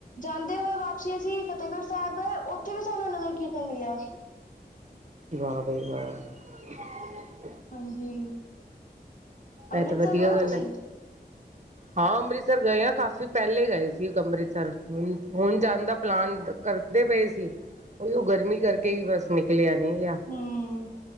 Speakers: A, on the left (about 50°); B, on the right (about 45°).
A: ਜਾਂਦੇ ਹੋਏ ਵਾਪਸੀ ਅਸੀਂ ਫਤਿਹਗੜ੍ਹ, ਸਾਹਿਬ ਉੱਥੇ ਵੀ ਸਾਨੂੰ ਨਗਰ ਕੀਰਤਨ ਮਿਲਿਆ,
B: ਵਾਹ ਭਈ ਵਾਹ, ਹਾਂ <inaudible>
A: ਹਾਂਜੀ ਅੰਮ੍ਰਿਤਸਰ
B: ਇਹ ਤਾਂ ਵਧੀਆ
A: ਗਏ ੳ
B: ਗੱਲ
A: ਤੁਸੀਂ,
B: ਹੈ ਹਾਂ ਅੰਮ੍ਰਿਤਸਰ ਗਏ ਆ ਕਾਫ਼ੀ ਪਹਿਲੇ ਗਏ ਸੀ ਅੰਮ੍ਰਿਤਸਰ ਹੁਣ ਹੁਣ ਜਾਣ ਦਾ ਪਲਾਨ ਕਰਦ, ਕਰਦੇ ਪਏ ਸੀ ਉਈੳ ਗਰਮੀ ਕਰਕੇ ਹੀ ਬਸ ਨਿਕਲਿਆ ਨੀ ਗਿਆ,
A: ਹਮ,